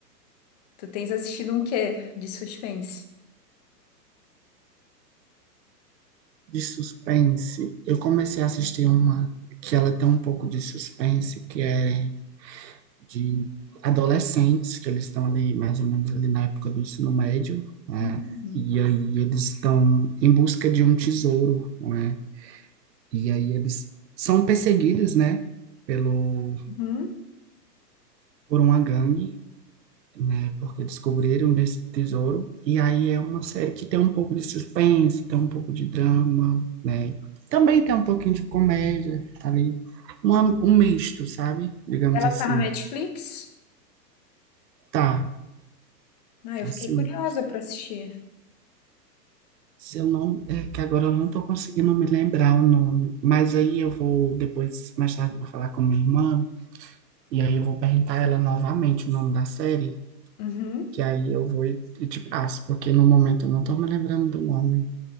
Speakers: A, on the left; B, on the right.
A: Tu tens assistido um quê de suspense?
B: de suspense. Eu comecei a assistir uma que ela tem um pouco de suspense, que é de adolescentes, que eles estão ali mais ou menos ali na época do ensino médio, né?
A: Hum.
B: E aí eles estão em busca de um tesouro, né? E aí eles são perseguidos, né, pelo
A: Uhum.
B: por uma gangue né? Porque descobriram desse tesouro. E aí é uma série que tem um pouco de suspense, tem um pouco de drama, né? Também tem um pouquinho de comédia tá ali, uma, um misto, sabe? Digamos
A: Ela
B: assim.
A: tá na Netflix?
B: Tá,
A: Ah, eu
B: assim.
A: fiquei curiosa pra assistir.
B: Se eu não, é que agora eu não tô conseguindo me lembrar o nome, mas aí eu vou depois, mais tarde, eu vou falar com minha irmã e aí eu vou perguntar a ela novamente o nome da série,
A: Uhum.
B: que aí eu vou e, e te passo, porque no momento eu não tô me lembrando do nome.